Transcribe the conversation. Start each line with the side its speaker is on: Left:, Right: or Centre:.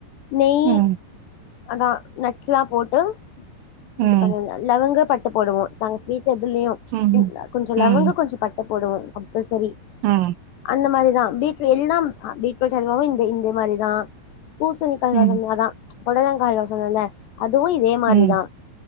Left: நெய்
Right: ம்.
Left: அதா நட்ஸ்லா போட்டு இது
Right: ம்
Left: பண்ணிங்க லவங்க பட் ட போடுவோ நாங்க ஸ்வீட் எதுலயு
Right: ம்
Left: கொஞ்ச
Right: ம்
Left: லவங்க கொஞ்ச பட்டை போடுவோ கம்பல்சரி
Right: ஆ
Left: அந்த மாரிதா பீட்ர எல்லாம் பீட்ரூட் அல்வாவு இந்தே இந்தே மாரிதா பூசணிக்கா அல்வா
Right: ம்
Left: செஞ்சாதா பொடலங்காய்ல சொன்னன்ல அதுவு இதே மாரிதா
Right: ம்